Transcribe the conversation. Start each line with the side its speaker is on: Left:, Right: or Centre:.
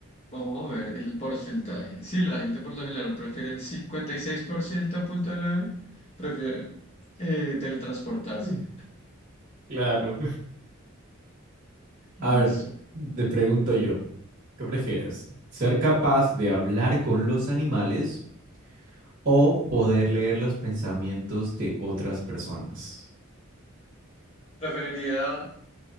Left: vamos a ver el porcentaje. Sí, la gente por lo general prefiere el 56.9, prefiere eh, teletransportarse.
Right: Mm. Claro. A
Left: Listo.
Right: ver, te pregunto yo, ¿qué prefieres? ¿Ser capaz de hablar con los animales o poder leer los pensamientos de otras personas?
Left: Preferiría